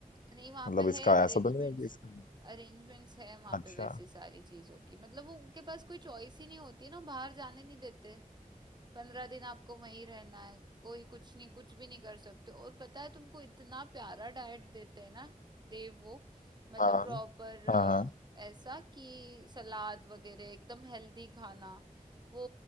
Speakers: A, on the right; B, on the left.
A: नहीं वहां
B: मतलब
A: पे
B: इसका
A: है अरेंजमेंट्स
B: ऐसा तो नहीं है कि इसका
A: अरेंजमेंट्स है वहां
B: अच्छा
A: पे वैसी सारी चीजों की मतलब वो उनके पास कोई चॉइस ही नहीं होती है ना बाहर जाने नहीं देते पंद्रह दिन आपको वहीं रहना है कोई कुछ नहीं कुछ भी नहीं कर सकते और पता है तुमको इतना प्यारा डाइट देते हैं ना देव वो मतलब
B: हाँ
A: प्रॉपर
B: हाँ हाँ
A: ऐसा कि सलाद वगैरह एकदम हेल्दी खाना वो